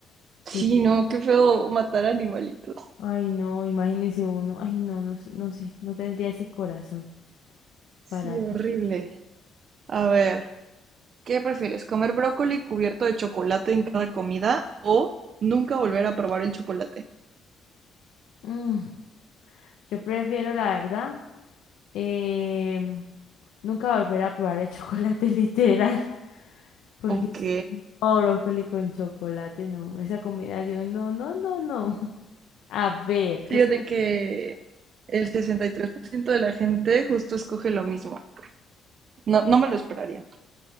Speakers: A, on the left; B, on the right.
A: Que
B: Sí,
A: te-
B: no, qué feo matar animalitos.
A: Ay, no, imagínese uno. Ay, no, no, sé- no sé, no tendría ese corazón
B: Sí,
A: para hacer.
B: horrible.
A: eso.
B: A ver, ¿qué prefieres? ¿Comer brócoli cubierto de chocolate en cada comida o nunca volver a probar el chocolate?
A: Mm, yo prefiero, la verdad, em, nunca volver a probar el chocolate <laughs> literal. Porque
B: Ok.
A: si no, brócoli con chocolate, no. Esa combinación, no, no, no, no. <laughs> A ver,
B: Fíjate
A: ¿qué pro-
B: que el 63% de la gente justo escoge lo mismo. No, no me lo esperaría.